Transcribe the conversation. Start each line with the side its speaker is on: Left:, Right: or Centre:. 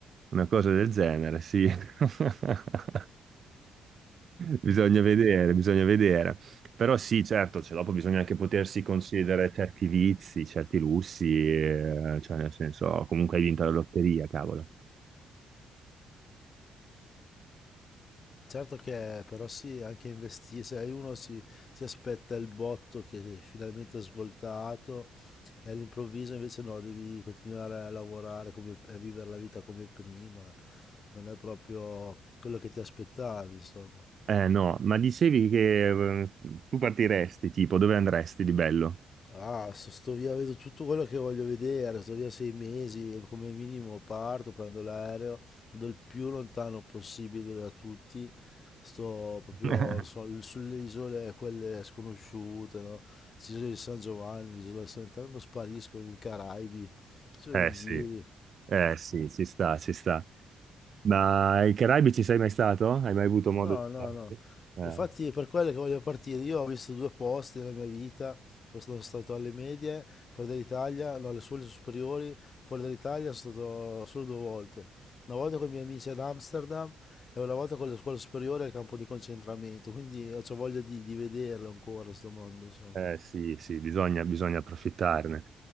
Right: Una cosa del genere, sì. <laughs> Bisogna vedere, bisogna vedere. Però sì, certo, cioè, dopo bisogna anche potersi concedere certi vizi, certi lussi, eh, cioè nel senso, comunque hai vinto la lotteria, cavolo.
Left: Certo che però sì, anche investire, se uno si, si aspetta il botto che finalmente è finalmente svoltato e all'improvviso invece no, devi continuare a lavorare come- e a vivere la vita come prima, non è proprio quello che ti aspettavi, insomma.
Right: Eh no, ma dicevi che eh, tu partiresti, tipo, dove andresti di bello?
Left: Ah, sto, sto via, vedo tutto quello che voglio vedere, sto via sei mesi, come minimo parto, prendo l'aereo, vado il più lontano possibile da tutti, sto proprio
Right: <laughs>
Left: non so, sulle isole, quelle sconosciute, no? L'isola di San Giovanni, l'isola di Sant'Elmo, sparisco, nei Caraibi, faccio
Right: Eh
Left: dei
Right: sì,
Left: giri,
Right: eh sì, ci sta, ci sta. Ma ai Caraibi ci sei mai stato? Hai mai avuto modo
Left: No,
Right: di
Left: no,
Right: starci?
Left: no.
Right: Eh.
Left: Infatti è per quello che voglio partire. Io ho visto due posti nella mia vita. Io Sono stato alle medie, fuori dall'Italia, no, alle scuole superiori, fuori dall'Italia sono stato solo due volte. Una volta con i miei amici ad Amsterdam e una volta con le scuole superiori al campo di concentramento. Quindi ho c'ho voglia di, di vederlo ancora, sto mondo, insomma.
Right: Eh, sì, sì, bisogna, bisogna approfittarne.